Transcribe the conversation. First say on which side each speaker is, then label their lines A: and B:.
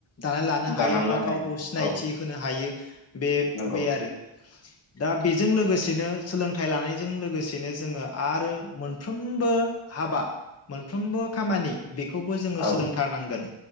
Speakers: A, on the left (about 30°); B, on the left (about 85°).
A: दाना लानो हायो
B: दानानै
A: बा
B: लानाय
A: गावखौ सिनायथि
B: औ
A: होनो हायो बे
B: नंगौ
A: बे आरो दा बेजों लोगोसेनो सोलोंथाइ लानायजों लोगोसेनो जोङो आरो मोनफ्रोमबो हाबा मोनफ्रोमबो खामानि बेखौबो जोङो
B: औ
A: सोलोंथारनां गोन